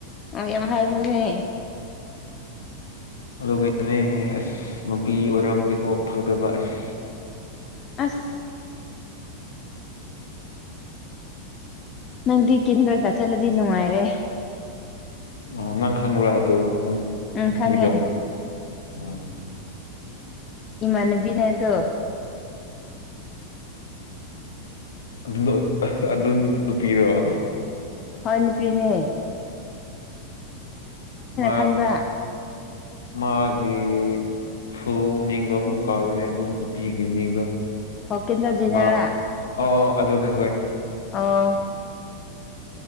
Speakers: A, on the left; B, on the left.
A: ꯑ ꯌꯥꯝ ꯍꯥꯏꯕꯅꯦ
B: ꯑꯗꯨꯒꯅꯦ ꯑꯁ ꯅꯨꯄꯤ ꯑꯣꯏꯔꯝꯗꯦꯀꯣ ꯐꯪꯗꯕ ꯑꯁ
A: ꯑꯁ ꯅꯪꯗꯤ ꯀꯦꯟꯤꯟꯗ꯭ꯔꯒ ꯆꯠꯂꯗꯤ ꯅꯨꯡꯉꯥꯏꯔꯦ
B: ꯑ ꯅꯪ ꯈꯪꯕ꯭ꯔꯥ ꯑꯗꯨ
A: ꯎꯝ
B: ꯅꯨꯄꯤꯗꯣ
A: ꯈꯪꯉꯦ
B: ꯎꯝ
A: ꯏꯅꯕꯤꯅꯦꯗꯣ
B: ꯑꯗꯨ ꯑꯗꯨꯝ ꯅꯨ ꯄꯤꯔꯑꯣ
A: ꯍꯟꯄꯤꯅꯦ
B: ꯃꯥ
A: ꯈꯟꯕ꯭ꯔꯥ
B: ꯃꯥꯒꯤ ꯐꯨ ꯃꯤꯡꯗꯣ ꯑꯃꯨꯛ ꯀꯥꯔꯨꯅꯦ ꯑꯗꯨ ꯅꯨꯄꯤꯒꯤ ꯃꯤꯡꯗꯣ
A: ꯑꯣꯀ ꯇꯣꯖꯤꯅꯂ
B: ꯃꯥ ꯑꯣ ꯑꯣ ꯑꯗꯨꯅꯤ ꯍꯣꯏ
A: ꯑꯥ